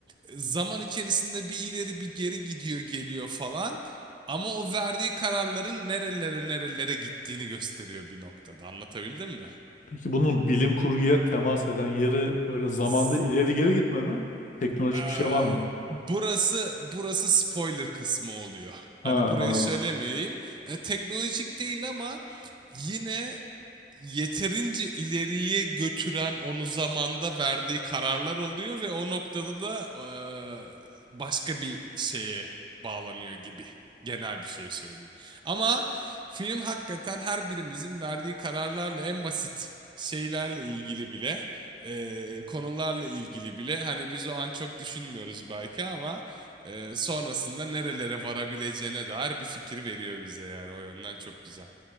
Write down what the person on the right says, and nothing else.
e, zaman içerisinde bir ileri bir geri gidiyor geliyor falan. Ama o verdiği kararların nerelere nerelere gittiğini gösteriyor bir noktada. Anlatabildim mi?
Z-
e,
burası burası spoiler kısmı oluyor.
Hani burayı
söylemeyeyim. E, teknolojik değil ama yine yeterince ileriye götüren onu zamanda verdiği kararlar oluyor ve o noktada da eee, başka bir şeye bağlanıyor gibi. Genel bir şey söyleyeyim. Ama film hakikaten her birimizin verdiği kararlarla en basit şeylerle ilgili bile eee, konularla ilgili bile hani biz o an çok düşünmüyoruz belki ama eee, sonrasında nerelere varabileceğine dair bir fikir veriyor bize yani o yönden çok güzel.